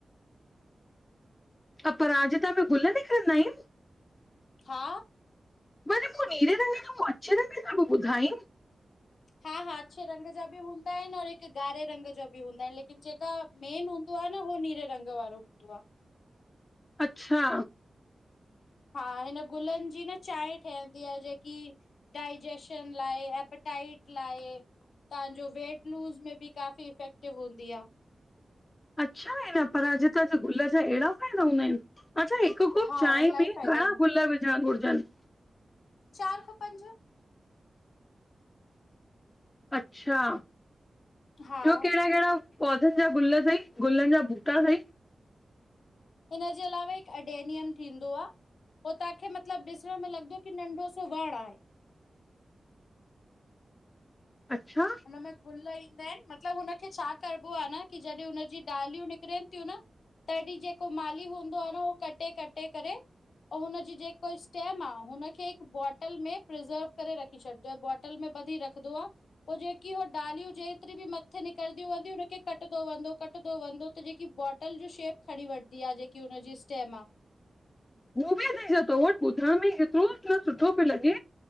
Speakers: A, on the left; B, on the left.
A: अपराजिता के गुल में खणदा आइन।
B: हा
A: भले मूं नीरे रगे ऐं मूं अछे रंगे सां बि ॿुधाईं।
B: हा हा अछे रंग जा बि हूंदा आहिनि और हिकु ॻारे रंग जो बि हूंदा आहिनि लेकिन जेका मेन हूंदो पहिरियों हू नीरे रंग वारो हूंदो आ।
A: अच्छा
B: हा हिन गुलनि जी न चांहि ठहंदी आहे जेकी डाइजेशन लाए ए डाइट लाइ, तांजो वेट लूस में बि काफी इफेक्टिव हूंदी आ।
A: अच्छा ई न पर अॼु कल जे गुल जा एड़ा फ़ाइदा हूंदा आहिनि अच्छा, हिकु कोप
B: हा,
A: चांहि
B: इलाही
A: में घणा
B: फ़ाइदा
A: गुल विझण घुरजनि?
B: चारि खां पंज।
A: अच्छा,
B: हा।
A: ॿियो कहिड़ा कहिड़ा। पौधनि जा गुल साइ गुलनि जा बुटा सइ
B: हिनजे अलावा हिकु अएडेनियम थींदो आ पोइ तांखे मतिलब ॾिसण में लॻिदो कि नंढो सो वणु आहे।
A: अच्छा
B: हुन में गुल ई फैन मतलबु हुनखे छा करबो आ न की जॾें हुनजी डालियूं निकिरनि थियूं न। तॾीं जेको माली हूंदो आ न उहो कटे कटे करे। ऐं हुनजी जेको स्टेम आहे हुनखे हिकु बॉटल में प्रिज़र्व करे रखी छॾजो बॉटल में वधी रखदो आ पो जेकी हो डालियूं जेतिरी बि मथे निकरंदीयूं हुनखे कटंदो वंदो कटंदो वदो त जेकी ब बाटल जी शेप खणी वठंदी आ जेकी हुनजी स्टेम आ।
A: हू बि अ छा तो वटि ॿुधण में केतिरो सुठो पियो लॻे।